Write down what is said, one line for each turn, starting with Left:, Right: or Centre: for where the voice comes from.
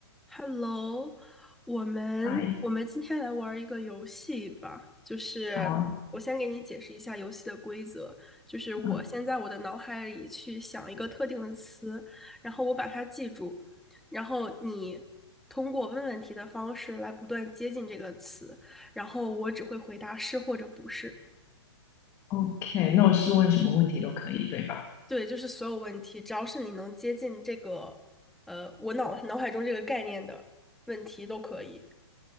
Centre: Hello，我们我们今天来玩儿一个游戏吧，
Left: 嗨，
Centre: 就是我先给你解释一下游戏的规则，
Left: 好，
Centre: 就是我先在我的脑海里去想一个特定的词，
Left: 嗯
Centre: 然后我把它记住，然后你通过问问题的方式来不断接近这个词，然后我只会回答是或者不是。
Left: ，OK，那我是问什么问题都可以，对吧？
Centre: 对，就是所有问题，只要是你能接近这个，呃，我脑脑海中这个概念的问题都可以。